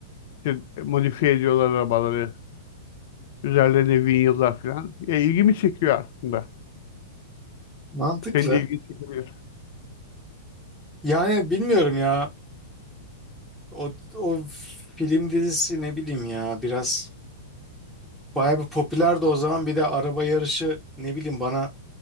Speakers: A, on the left; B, in the centre.
A: İşte modifiye ediyorlar arabaları. Üzerlerine vinyıllar falan. E, ilgimi çekiyor aslında.
B: mantıklı.
A: Senin de ilgini çekebilir.
B: Yani bilmiyorum ya. O, o film dizisi ne bileyim ya biraz bayağı bir popülerdi o zaman. Bir de araba yarışı ne bileyim bana